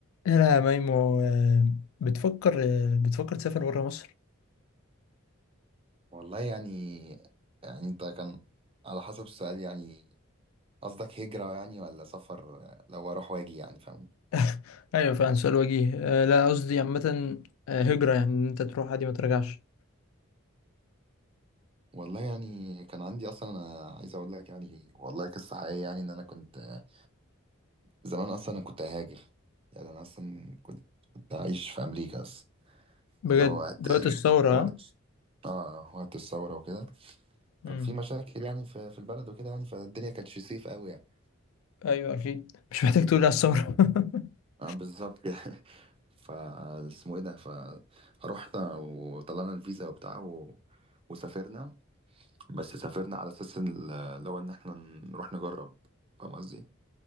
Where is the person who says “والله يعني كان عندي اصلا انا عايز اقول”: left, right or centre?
Right